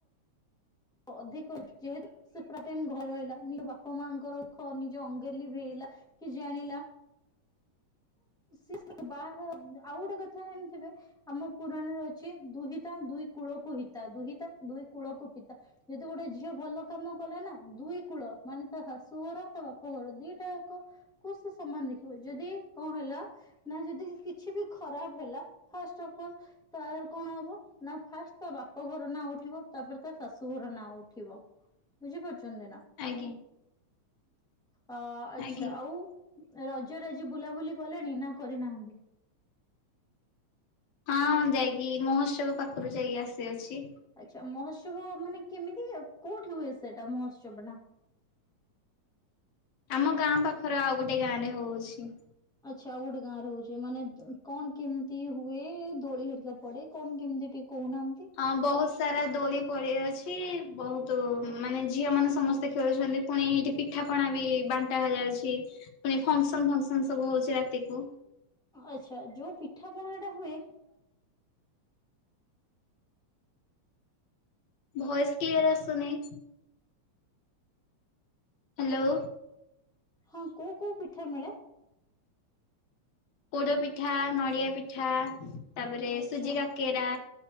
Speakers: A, in the centre; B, on the left.
A: ଅଧିକ ଯେହେତୁ ସେ ପୁରା ଟାଇମ ଘରେ ରହିଲା ନିଜ ବାପା ମାଙ୍କର ଦୁଃଖ ନିଜେ ଅଙ୍ଗେ ଲିଭେଇଲା କି ଜାଣିଲା ସେ ବାହା ଆଉ ଗୋଟେ କଥା ଜାଣିଥିବେ ଆମ ପୁରାଣ ରେ ଅଛି ଦୁହିତା ଦୁଇ କୂଳକୁ ହିିତା ଦୁହିତା ଦୁଇ କୂଳକୁ ପିତା ଯଦି ଗୋଟେ ଝିଅ ଭଲ କାମ କଲା ନା ଦୁଇ କୂଳ ମାନେ ତା ଶାଶୁ ଘର ତା ବାପ ଘର ଦିଟାକ କୁ ସମାନ ଦେଖିବ। ଯଦି <unintelligible> ନା ଯଦି କିଛି ବି ଖରାପ ହେଲା ଫାଷ୍ଟ ଅଫ ଅଲ ତର କଣ ହବ ନା ଫାଷ୍ଟ ତା ବାପ ଘର ନାଁ ଉଠିବ ତାପରେ ତା ଶାଶୁ ଘର ନାଁ ଉଠିବ। ବୁଝିପରୁଛନ୍ତି ନା?
B: ଆଜ୍ଞା
A: ଅ ଆଚ୍ଛା
B: ଆଜ୍ଞା
A: ଆଉ ରଜରେ ଯା ବୁଲାବୁଲି କଲେଣି ନା କରିନାହାନ୍ତି?
B: ହଁ ଯାଇକି ମହୋତ୍ସବ ପାଖରୁ ଯାଇକି ଆସିଅଛି।
A: ଆଚ୍ଛା ମହୋତ୍ସବ ମାନେ କେମିତି କୋଉଠି ହୁଏ ସେଟା ମହୋତ୍ସବ ଟା।
B: ଆମ ଗାଁ ପାଖରେ ଆଉ ଗୋଟେ ଗାଁ ରେ ହଉଛି।
A: ଆଚ୍ଛା ଆଉ ଗୋଟେ ଗାଁ ରହୁଛେ ମାନେ କଣ କେମିତି ହୁଏ ଦୋଳି ହେରିକା ପଡେ କଣ କେମିତି ଟିକେ କହୁନାହାନ୍ତି?
B: ଆ ବହୁତ ସାରା ଦୋଳି ପଡି ଅଛି ବହୁତ ମାନେ ଝିଅ ମାନେ ସମସ୍ତେ ଖେଳୁଛନ୍ତି। ପୁଣି ଏଇଠି ପିଠାପଣା ବି ବାଣ୍ଟା ଯାଉଛି ପୁଣି ଫଙ୍କସନ ଫଙ୍କସନ ସବୁ ହଉଛି ରାତିକୁ।
A: ଆଚ୍ଛା ଯୋଉ ପିଠାପଣା ଟା ହୁଏ
B: ଭଏସ କ୍ଲିୟର ଆସୁନି। ହ୍ୟାଲୋ
A: ହଁ କୋଉ କୋଉ ପିଠା ମିଳେ?
B: ପୋଡ଼ ପିଠା, ନଡ଼ିଆ ପିଠା, ତାପରେ
A: ଆଚ୍ଛା
B: ସୁଜି କାକେରା,